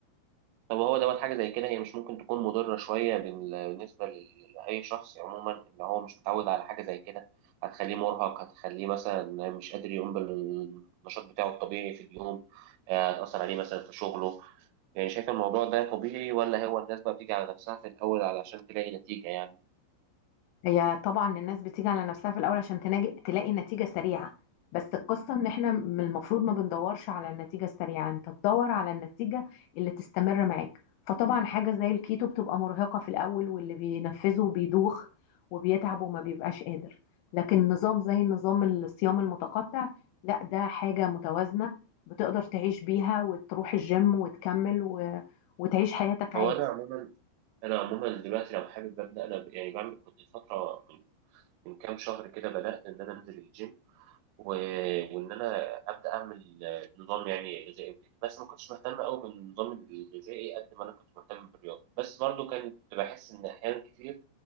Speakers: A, on the right; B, on the left.
A: طب هو دوت حاجة زي كده هي مش ممكن تكون مضرة شوية بال- بالنسبة ل- لأي شخص عموما اللي هو مش متعود على حاجة زي كده هتخليه مرهق هتخليه مثلا مش قادر يقوم بالنشاط بتاعه الطبيعي في اليوم آه، هتأثر عليه مثلا في شغله يعني شايف الموضوع ده طبيعي ولا هو الناس بقى بتيجي على نفسها في الأول علشان تلاقي نتيجة يعني
B: هي طبعا الناس بتيجي على نفسها في الاول عشان تناجي تلاقي نتيجه سريعه بس القصه ان احنا من المفروض ما بندورش على النتيجه السريعه انت تدور على النتيجه اللي تستمر معاك فطبعا حاجه زي الكيتو بتبقى مرهقه في الاول واللي بينفذه بيدوخ وبيتعب وما بيبقاش قادر لكن نظام زي نظام الصيام المتقطع لا ده حاجه متوازنه بتقدر تعيش بيها وتروح الجيم وتكمل و... وتعيش حياتك عادي
A: هو أنا عموما أنا عموما دلوقتي لو حابب أبدأ أنا ب- يعني بعمل كنت فترة من من كام شهر كده بدأت إن أنا أنزل الجيم و... وإن أنا أبدأ أعمل آه، نظام يعني غذائي وكده بس ما كنتش مهتم أوي بالنظام الغذائي قد ما أنا كنت مهتم بالرياضة بس برضو كنت بحس إن أحيانا كتير